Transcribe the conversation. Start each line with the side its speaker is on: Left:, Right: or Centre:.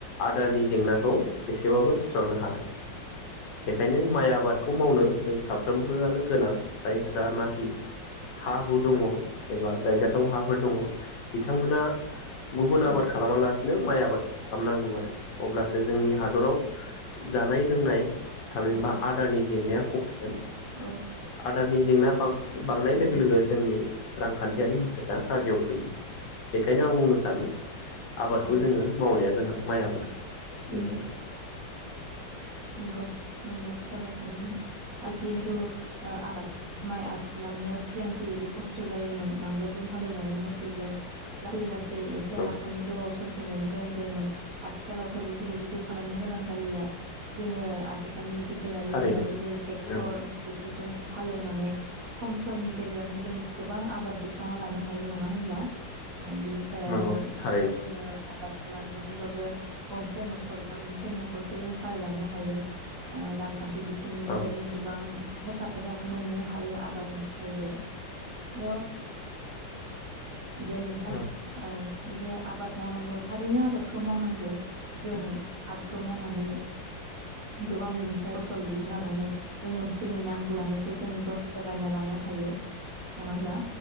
Left: <unintelligible> जेंनाखौ
Right: औ
Left: एसेबाबो सुस्रांनो हादों बेखायनो माइ आबादखौ मावनो जों साब फ्रोमबोआनो गोनां जायफ रा नाखि हा हु दङ एबा गायजा थाव हाफोर दङ। बिथांमोना गुबुन
Right: औ
Left: आबाद खालामालासि नो माइ आबाद खालामनांगौ आरो अब्लासो जोंनि हादराव जानाय लोंनाय थामहिनबा
Right: औ
Left: आदारनि जेंनाया <unintelligible>
Right: औ
Left: आदारनि जेंना बां बांनाय
Right: औ
Left: लोगो लोगो जोंनि रांखान्थियारि दा गाज्रियाव फैयो बेखायनो आं बुंनो सानो आबादखौ
Right: औ
Left: जोङो मावनाया गोनां माइ आबाद। बेनो
Right: उम
Left: आरो नोंथां।
Right: नंगौ नंगौ थार बाथ्राखौ बुंदों आरो जिहेथु आबाद माइ आबाद खालामनायाव सिगां जेरै बे खस्थ' जायोमोन नांगोलजों हालेवनानै मोसौजों लासै लासै एसे
Left: नोंथां
Right: हाखौनो गोबावसम समसिम गायनो गोनां जायोमोन। आथिखालावथ' बेफोरबायदिबो खालामनो गोनां जालिया। जोङो आथि खालनि बिगियानारि
Left: थारैनो
Right: मुगानि जेरै ट्रेक्टर
Left: औ
Right: फोरजों हालौवना नै खम समनि गेजावनो जों गोबां आबाद दिखांना लानो हायो नङा होनब्ला बिनिफ्राय आरो
Left: नंगौ थारैनो
Right: जोङो आबाद खालामनानैबाबो गंसे न'खर बा मोनसे न'खरखौ जों सालायलांनो हायो ओ रांखान्थि बि बिथिंनिफ्राय
Left: औ
Right: जों गोबां हेफाजाब मोननो हायो आबादनिफ्रायबो <unintelligible> दे नोंथाङा
Left: औ
Right: औ। जे आबाद मावनांगौ थारैनो आबादखौ मावनांगौ जों आबादखौ मावनानै गोबां बिनिफ्राय फसल दिहुनना लानानै जोङो बोसोरनि नांगौ जानायखौ जों ज' जगायना लानो हायो नङा होनब्ला।